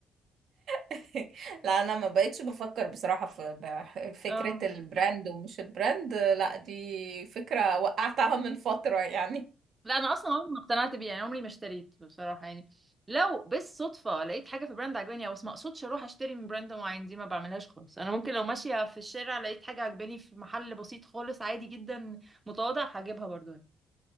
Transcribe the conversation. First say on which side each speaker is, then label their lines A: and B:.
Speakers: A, on the right; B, on the right.
A: <laughs> لا انا ما بقتش بفكر بصراحة في بح- فكرة
B: اه
A: البراند ومش البراند لا دي فكرة وقعتها من فترة يعني
B: لا انا اصلا عمري ما اقتنعت بيه يعني عمري ما اشتريت بصراحه يعني لو بالصدفه لقيت حاجه في براند عجباني او بس ما اقصدش اروح اشتري من براند معين دي ما بعملهاش خالص انا ممكن لو ماشيه في الشارع لقيت حاجه عجباني في محل بسيط خالص عادي جدا متواضع هجيبها برضو يعني